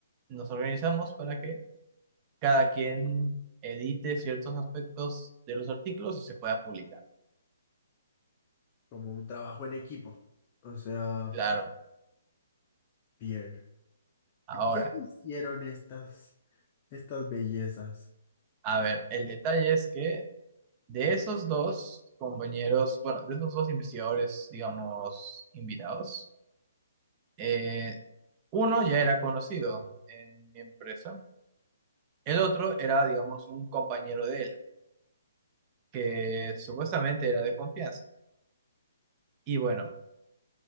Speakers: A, on the right; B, on the left.
A: nos organizamos para que cada quien edite ciertos aspectos de los artículos y se pueda publicar.
B: Como un trabajo en equipo. O sea,
A: Claro,
B: bien.
A: ahora,
B: ¿Y qué te hicieron estas, estas bellezas?
A: a ver, el detalle es que de esos dos compañeros, bueno, de esos dos investigadores, digamos, invitados, eh, uno ya era conocido en mi empresa, el otro era, digamos, un compañero de él, que supuestamente era de confianza. Y bueno,